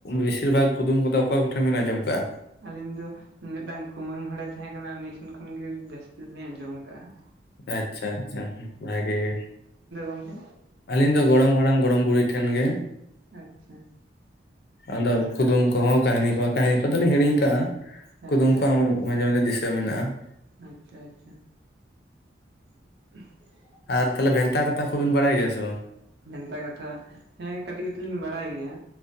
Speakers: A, on the left (about 55°); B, on the right (about 65°).
A: ᱵᱮᱥᱤᱨ ᱵᱷᱟᱜᱽ ᱠᱩᱫᱩᱢ ᱠᱚᱫᱚ ᱚᱠᱚᱭ ᱠᱚᱴᱷᱮᱱ ᱵᱤᱱ ᱟᱸᱡᱚᱢ ᱠᱟᱜᱼᱟ?
B: ᱟᱹᱞᱤᱧ ᱫᱚ ᱢᱤᱫᱴᱟᱝ ᱠᱩᱢᱟᱹᱢ ᱦᱚᱲᱮ ᱛᱟᱦᱮᱸ ᱠᱟᱱᱟ ᱩᱱᱤ ᱴᱷᱮᱱ ᱠᱷᱚᱱ ᱜᱮ ᱡᱟᱹᱥᱛᱤ ᱫᱚᱞᱤᱧ ᱟᱸᱡᱚᱢ ᱟᱠᱟᱫᱼᱟ ᱾
A: ᱟᱪᱪᱷᱟ ᱟᱪᱪᱷᱟ ᱵᱷᱟᱜᱤ ᱜᱮ ᱾
B: ᱚᱱᱛᱮ
A: ᱟᱹᱞᱤᱧ ᱫᱚ ᱜᱚᱲᱚᱢ ᱦᱟᱲᱟᱢ ᱜᱚᱲᱚᱢ ᱵᱩᱲᱦᱤ ᱴᱷᱮᱱ ᱜᱮ
B: ᱟᱪᱪᱷᱟ ᱾
A: ᱟᱫᱚ ᱠᱩᱫᱩᱢ ᱠᱚᱦᱚᱸ ᱠᱟᱹᱦᱱᱤ ᱠᱚ ᱠᱟᱹᱦᱱᱤ ᱠᱚᱫᱚᱞᱤᱧ ᱦᱤᱲᱤᱧ ᱟᱠᱟᱫᱼᱟ,
B: ᱟᱪᱪᱷᱟ
A: ᱠᱩᱫᱩᱢ ᱠᱚ
B: ᱟᱪᱪᱷᱟ
A: ᱢᱟᱡᱷᱮ ᱢᱟᱡᱷᱮ ᱫᱤᱥᱟᱹ ᱢᱮᱱᱟᱜᱼᱟ ᱾
B: ᱟᱪᱪᱷᱟ ᱟᱪᱪᱷᱟ ᱟᱪᱷᱟ ᱾ <unintelligible>
A: ᱟᱨ ᱛᱟᱦᱚᱞᱮ ᱵᱷᱮᱱᱛᱟ ᱠᱟᱛᱷᱟ ᱠᱚᱵᱤᱱ ᱵᱟᱲᱟᱭ ᱜᱮᱭᱟ ᱥᱮ ᱵᱟᱝ?
B: ᱵᱷᱮᱱᱛᱟ ᱠᱟᱛᱷᱟ ᱦᱮᱸ ᱠᱟᱹᱴᱤᱡ ᱠᱟᱹᱴᱤᱡ ᱞᱤᱧ ᱵᱟᱲᱟᱭ ᱜᱮᱭᱟ